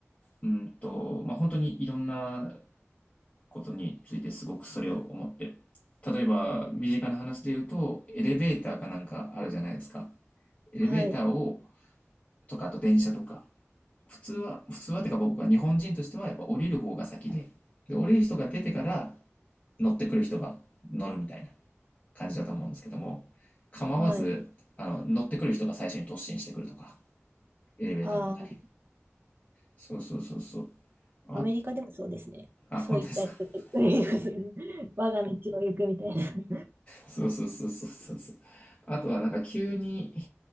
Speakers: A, on the left; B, on the right.
A: うーんと、まあ、本当にいろんなことについてすごくそれを思って。例えば、身近な話で言うと、エレベーターかなんかあるじゃないですか。エレベーターを、
B: はい、
A: とか、あと電車とか、普通は、普通はてか僕が日本人としてはやっぱ降りる方が先で、で、降りる人が出てから乗ってくる人が乗るみたいな感じだと思うんですけども、構わず、
B: はい。
A: あの、乗ってくる人が最初に突進してくるとか、エレベーターの中に。
B: あー
A: そうそうそうそう。あ、
B: アメリカでもそうですね。
A: あ、
B: そういった人といますね
A: 本当ですか。<laughs>
B: <laughs> 我が道を行くみたいな。
A: そうそうそうそうそうそう。あとはなんか急に、